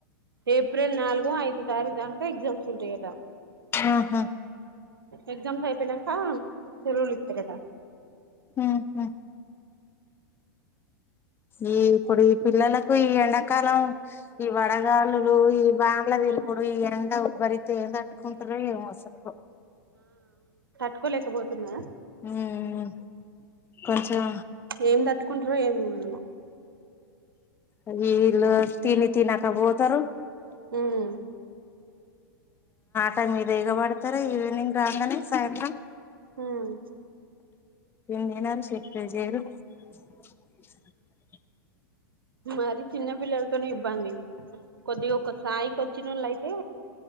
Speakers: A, on the right (about 80°); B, on the left (about 20°).
A: ఏప్రిల్ నాలుగో ఐదో తారీఖు దాక ఎగ్జామ్స్ ఉంటాయంటా
B: ఆహా
A: ఎక్జామ్స్ అయిపోయినాక సెలవులు ఇస్తారట
B: ఊహూ ఈ ఇప్పుడు ఈ పిల్లలకు ఈ ఎండకాలం ఈ వడగాలులు ఈ వాండ్ల విలుపుడు ఈ ఎండ బరితే ఎండ కొంతలోయె వాసప్ప్
A: ట్కోలేకపోతున్న
B: ఊమ్ కొంచెం
A: ఏం తట్టుకుంట్రో ఏమేమో
B: అయ్యో ఈల్లు తిని తినక బోతరు
A: ఉమ్
B: అ మీద ఇగబడతారు ఈవినింగ్ రాంగానే సాయంత్రం
A: ఊమ్
B: ఇంగ్ నినాన్ శేఖ్ పేజీరు <unintelligible>
A: మరి చిన్నపిల్లలతోనే ఇబ్బంది కొద్దిగొక స్ధాయికొచ్చినోళ్ళైతే